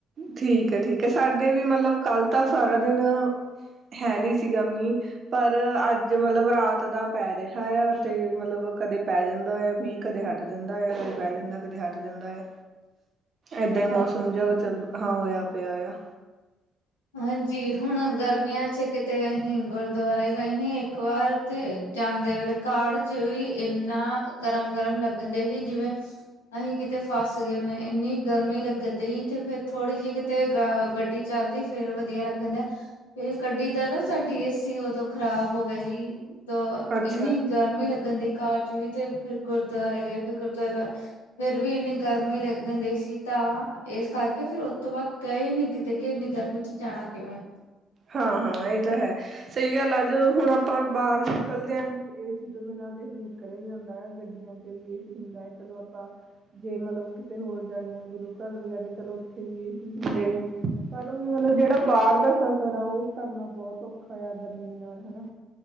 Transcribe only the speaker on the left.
ਹਾਂਜੀ।
ਹਾਂਜੀ। ਹੁਣ ਗਰਮੀਆਂ ਚ ਕਿਤੇ ਅਸੀਂ ਗੁਰਦੁਆਰੇ ਅਸੀ ਇੱਕ ਵਾਰ ਤੇ ਜਾਂਦੇ ਵੇਲੇ ਕਾਰ ਵਿੱਚ ਵੀ ਇੰਨਾ ਗਰਮ ਗਰਮ ਲੱਗਣਦੇ ਸੀ ਜਿਵੇਂ ਅਸੀਂ ਕਿਤੇ ਫਸ ਗਏ ਨੇ ਇੰਨੀ ਗਰਮੀ ਲੱਗਣ ਦੀ ਤੇ ਫੇਰ ਥੋੜੀ ਜਿਹੀ ਕਿਤੇ ਗੱਡੀ ਚੱਲਦੀ ਫੇਰ ਵਧੀਆ ਲੱਗਣ ਦਿਆ ਗੱਡੀ ਦਾ ਨਾ ਸਾਡੀ ਏਸੀ ਉਦੋਂ ਖ਼ਰਾਬ ਹੋ ਗਈ ਸੀ। ਤਾਂ
ਇੰਨੀ ਗਰਮੀ ਲੱਗਣ ਦੀ ਕਾਰ ਚ ਵੀ' ਤੇ ਫਿਰ ਗੁਰਦੁਆਰੇ ਗਏ ਫਿਰ ਗੁਰਦੁਆਰੇ ਤੋਂ। ਫੇਰ ਵੀ ਇੰਨੀ ਗਰਮੀ ਲੱਗਣ ਦੀ ਸੀ ਤਾਂ ਇਸ ਕਰਕੇ ਫਿਰ ਉਸ ਤੋਂ ਬਾਅਦ ਗਏ ਨੀ ਕਿਤੇ ਕਿ ਇੰਨੀ ਗਰਮੀ ਜਾਣਾ ਕਿਉ ਹੈ।